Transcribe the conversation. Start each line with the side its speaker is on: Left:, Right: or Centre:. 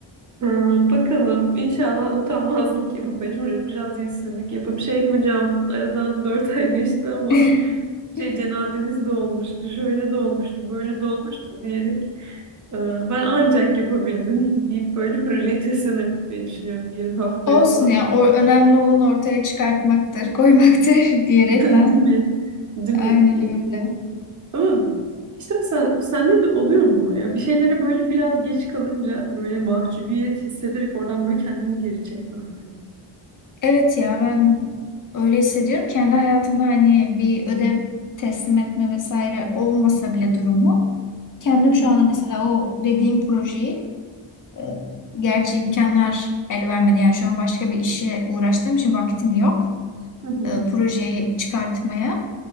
Right: e, bakalım inşallah utanmazlık yapıp hani böyle biraz yüzsüzlük yapıp şey hocam aradan dört ay geçti ama
Left: <laughs>
Right: <laughs> şey cenazemiz de olmuştu şöyle de olmuştu böyle de olmuştu diyerek e, ben ancak yapabildim <laughs> deyip böyle projeyi teslim etmeyi düşünüyorum bir haftaya
Left: Olsun
Right: falan.
Left: ya. O önemli olan ortaya çıkartmaktır, koymaktır <laughs> diyerekten.
Right: <laughs> Değil mi? Değil
Left: Aynen
Right: mi? Yani.
Left: öyle.
Right: Ama işte mesela sende de oluyor mu o ya? Bir şeylere böyle biraz geç kalınca böyle mahcubiyet hissederek oradan böyle kendini geri çekme hali.
Left: Evet ya ben öyle hissediyorum. Kendi hayatımda hani bir ödev teslim etme vesaire olmasa bile durumu Kendim
Right: Hı hı,
Left: şu anda mesela o dediğim projeyi e, gerçi imkanlar el vermedi. Yani şu an başka bir işe uğraştığım için vaktim yok.
Right: hı hı,
Left: E, projeyi çıkartmaya.